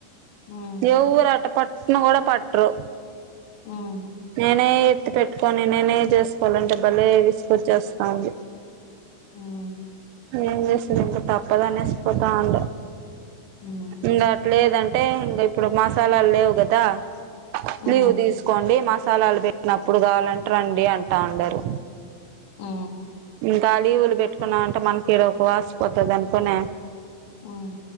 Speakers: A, on the left; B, on the right.
A: ఉమ్
B: ఏ ఊరట పట్ను గుడా పట్టరు.
A: ఉమ్
B: నేనే ఎత్తి పెట్టుకోని నేనే చేస్కోవాలంటే బలే విసుగొచేస్తాంది.
A: ఉమ్
B: ఏం చేసేది ఇంకా తప్పదనేసి పోతాం
A: ఉమ్
B: ఇగ అట్లేదన్ అంటే ఇంక ఇప్పుడు మసాలాల్ లేవు కదా
A: ఉమ్
B: లీవ్ తీస్కోండి మ సాలాల్ పెట్నప్పుడు కావాలం రండి అంటా అందరు
A: మ్
B: గా లీవ్లు పెట్టుకున్నాంటే మనకీడ <inaudible> వాసిపోతద్ అనుకునే
A: ఉమ్